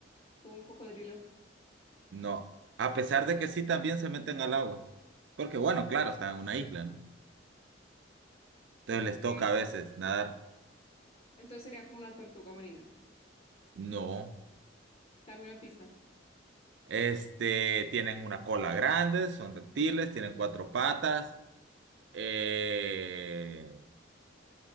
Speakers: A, on the left; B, on the right.
A: Un cocodrilo,
B: No, a pesar de que sí también se meten al agua. Porque bueno, claro, están en una isla, ¿no? Entonces
A: ok.
B: les toca a veces nadar.
A: Entonces sería como una tortuga marina.
B: No.
A: Dame una pista.
B: Este, tienen una cola grande, son reptiles, tienen cuatro patas. eh,